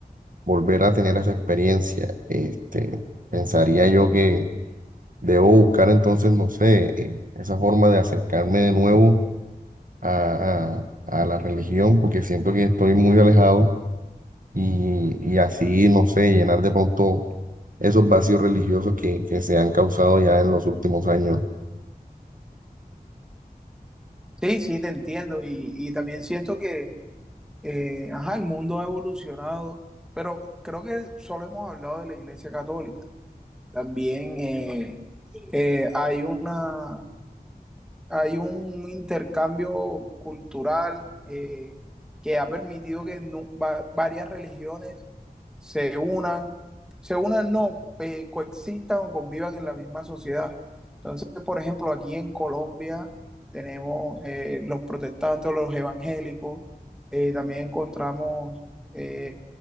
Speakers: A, on the right (about 60°); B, in the centre.
A: volver a tener esa experiencia. Este, pensaría yo que Debo buscar entonces, no sé, eh, esa forma de acercarme de nuevo a, a- a la religión, porque siento que estoy muy alejado y, y así, no sé, llenar de pronto esos vacíos religiosos que, que se han causado ya en los últimos años.
B: Sí, sí, te entiendo y, y también siento que, eh, ajá, el mundo ha evolucionado, pero creo que solo hemos hablado de la Iglesia Católica. También eh, eh, hay una, hay un intercambio cultural eh, que ha permitido que nu- va- varias religiones se unan, se unan no, eh, coexistan o convivan en la misma sociedad. Entonces, por ejemplo, aquí en Colombia tenemos eh, los protestantes, los evangélicos, eh, también encontramos eh,